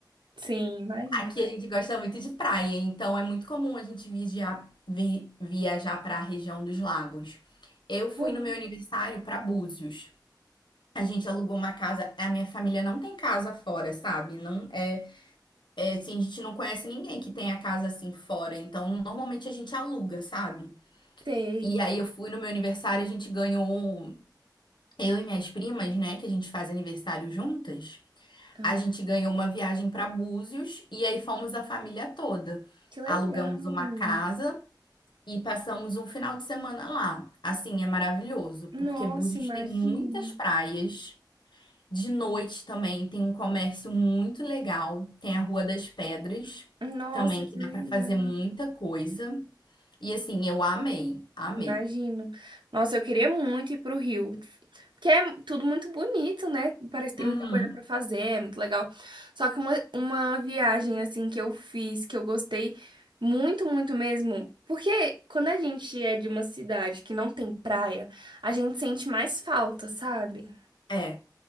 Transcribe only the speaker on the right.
Sim, imagino.
aham.
Sei.
Ah,
que legal.
Nossa,
imagino.
Nossa,
que
legal.
Imagino. Nossa, eu queria muito ir pro Rio. Porque é tudo muito bonito, né? Parece que tem
muita coisa pra fazer, é muito legal. Só que uma, uma viagem, assim, que eu fiz, que eu gostei muito, muito mesmo. Porque quando a gente é de uma cidade que não tem praia, a gente sente mais falta, sabe?